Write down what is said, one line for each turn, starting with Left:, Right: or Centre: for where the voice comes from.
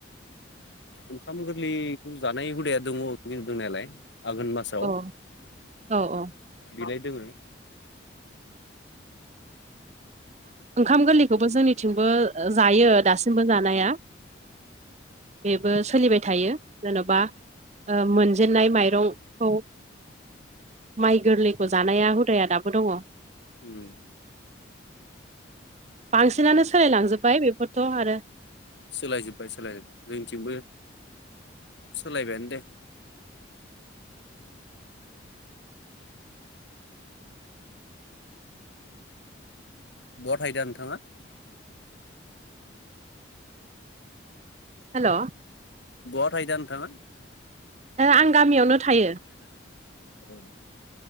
Left: ओंखाम गोरलैखौ जानाय हुदाया दङि दंनायालाय आघोन मास स
Right: औ औ औ
Left: बिनाय दोङो।
Right: ओंखाम गोरलैखौबो जोंनिथिंबो जायो दासिमबो जानाया। बेबो सोलिबाय थायो। जेन'बा मोनजेननाय माइरंखौ। माइ गोरलैखौ जानाया हुदाया दाबो दङ।
Left: उम
Right: बांसिनानो सोलायलांजोब्बाय बेफोरथ' आरो।
Left: सोलाय जोबबाय सोलाय जोब्बाय जोंथिंबो सोलायबायानो दे। बहत थायदा नोंथाङा।
Right: हेल'
Left: बहाहा थाहदा नोंथां।
Right: आं गामियावनो थायो।
Left: औ।